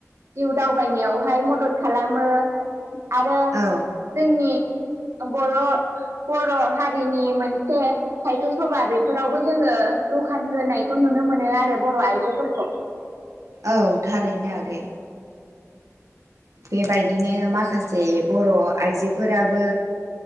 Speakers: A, on the right; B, on the right.
A: जिउ दावबायनायावहाय मदद खालामो। आरो
B: औ
A: जोंनि बर' बर' हारिनि मोनसे साहित्य सभा बे फोरावबो जोङो दखान होनायखौ नुनो मोनो आरो बर' आइजोफोरखौ
B: औ थारैनो आगै। बेबायदिनो माखासे बर' आइजोफोराबो